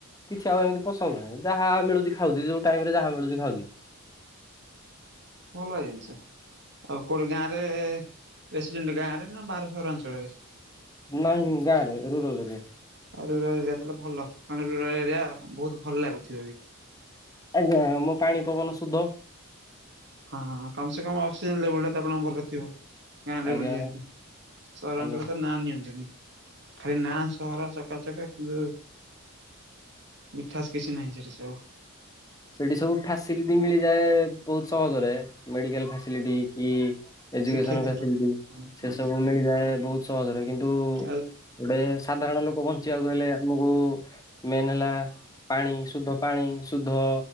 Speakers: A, on the left; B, on the right.
A: କିଛି ଆଉ ଏମିତି ପସନ୍ଦ ନାହିଁ ଯାହା ମିଳୁଛି ଖାଉଛି ଯୋଉ ଟାଇମ ରେ ଯାହା ମିଳୁଛି ଖାଉଛି।
B: ଭଲ ଜିନିଷ। ଆଉ କୋଉଠି ଗାଁ ରେ ରେସିଡେଣ୍ଟ ଗାଁ ରେ ନା ବାର ସହରାଅଞ୍ଚଳରେ।
A: ନାଇଁ ଗାଁରେ ରୁରାଲ ରେ।
B: ଆଉ ରୁରାଲ ଏରିଆ ତାହଲେ ଭଲ କାରଣ ରୁରାଲ ଏରିଆ ବହୁତ ଭଲ ଲାଗୁଥିବ ବି।
A: ଆଜ୍ଞା ମୋ ପାଣି ପବନ ସୁଧ।
B: ହଁ କମ ସେ କ ଅକ୍ସିଜେନ ଲେବୁଲ ଟା ତ ଆପଣ ଭଲ ଥିବ। ଗାଁ ଲେବୁଲୁ
A: ଆଜ୍ଞା
B: ଯେହେତୁ ସହରାଞ୍ଚଳ
A: ଆଜ୍ଞା।
B: ତ ନାଁ ନିଅନ୍ତୁନି। ଖାଲି ନାଁ ସହର ଚକାଚକା କିନ୍ତୁ ମିଠାସ କିଛି ନାହିଁ ସେଠି ସେବୁ।
A: ସେଠି ସବୁ ଫାସିଲିଟି ମିଳିଯାଏ ବହୁତ ସହଜରେ ମେଡିକାଲ ଫାସିଲିଟି କି ଆଯୁକେଶନ
B: ଶିକ୍ଷା କ୍ଷେତ୍ରଟେ
A: ଫାସିଲିଟି
B: ହୁଁ
A: ସେ
B: ହୁଁ
A: ସବୁ ମିଳିଯାଏ ବହୁତ ସହଜରେ କିନ୍ତୁ
B: ଆଉ
A: ଗୋଟେ ସାଧାରଣ ଲୋକ ବଞ୍ଚିବାକୁ ହେଲେ ଆମକୁ ମେନ୍ ହେଲା ପାଣି ଶୁଦ୍ଧ ପାଣି ଶୁଦ୍ଧ